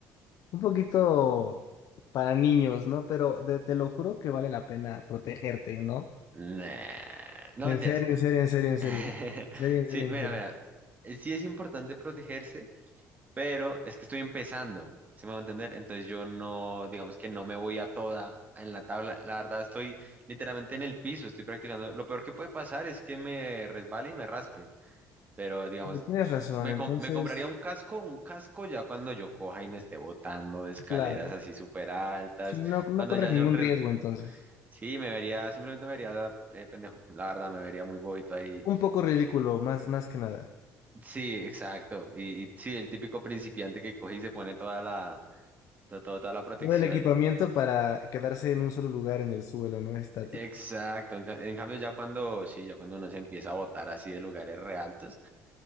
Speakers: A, on the left; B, on the right.
A: un poquito para niños, ¿no? Pero de- te lo juro que vale la pena protegerte, ¿no?
B: Nah, no
A: En
B: mentiras.
A: serio, en serio, en serio, en serio.
B: <laughs>
A: En serio, en
B: Sí,
A: serio, en
B: mira,
A: serio.
B: mira. eh, Sí es importante protegerse, pero es que estoy empezando, ¿se me va a entender? Entonces yo no, digamos que no me voy a toda en la tabla. La verdad estoy literalmente en el piso, estoy practicando. Lo peor que puede pasar es que me resbale y me raspe, pero digamos,
A: Sí, Tienes razón,
B: me,
A: entonces,
B: com- me compraría un casco, un casco ya cuando yo coja y me esté botando de
A: sí,
B: escaleras
A: claro.
B: así súper altas,
A: Sí, no, no
B: cuando
A: corres
B: ya haya
A: ningún
B: un riesgo.
A: riesgo entonces.
B: Sí, me vería, simplemente me vería eh, pendejo, la verdad, me vería muy bobito ahí.
A: Un poco ridículo, más, más que nada.
B: Sí, exacto. Y, y sí, el típico principiante que coge y se pone toda la, to- to- toda, la protección.
A: Todo el equipamiento para quedarse en un solo lugar en el suelo, no estático.
B: Exacto. En, ca- en cambio, ya cuando, sí, ya cuando uno se empieza a botar así de lugares re altos,